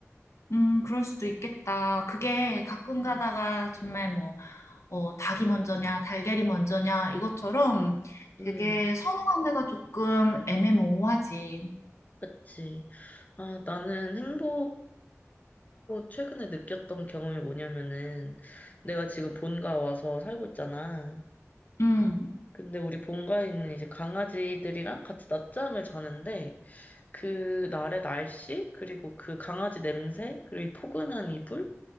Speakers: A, on the left; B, on the left.
A: 음, 그럴 수도 있겠다. 그게 가끔
B: 음.
A: 가다가 정말 뭐, 어, 닭이 먼저냐, 달걀이 먼저냐, 이것처럼 되게
B: 음,
A: 선후관계가 조금 애매모호하지.
B: 그치. 아, 나는 행복하다고 최근에 느꼈던 경험이 뭐냐면은 내가 지금 본가 와서 살고 있잖아.
A: 음,
B: 근데 우리 본가에는 이제 강아지들이랑 같이 낮잠을 자는데 그 날의 날씨 그리고 그 강아지 냄새 그리고 이 포근한 이불